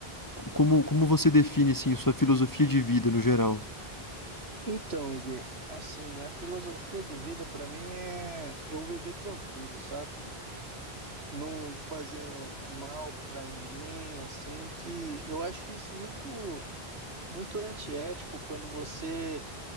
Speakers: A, on the left; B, on the right.
A: como, como você define assim, sua filosofia de vida no geral?
B: Então, Igor, assim, minha filosofia de vida para mim é eu viver tranquilo, sabe? Não fazer mal para ninguém, assim, que eu acho isso muito muito antiético quando você